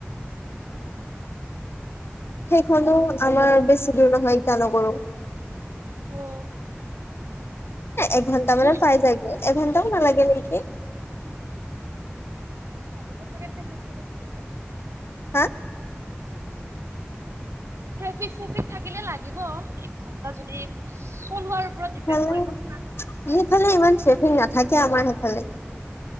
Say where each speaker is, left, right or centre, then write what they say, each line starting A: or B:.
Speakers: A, on the left; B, on the right.
A: সেইখনো আমাৰ বেছি দূৰ নহয়, ইটানগৰো।
B: উম'।
A: একঘণ্টা মানে
B: উম
A: পাই যায় গে। এঘণ্টাও নালাগে। <unintelligible>
B: লাগিব চাগে ট্ৰেফিক- চেফিক থাকিলে।
A: হা'।
B: ট্ৰেফিক-চেফিক থাকিলে লাগিব। এক ঘন্টা যদি, চলোৱাৰ ওপৰত ডিপেণ্ড
A: ফালে
B: কৰিব কিমান
A: সেইফালে
B: হয়।
A: ইমান ট্ৰেফিক নাথাকে আমাৰ সেইফালে।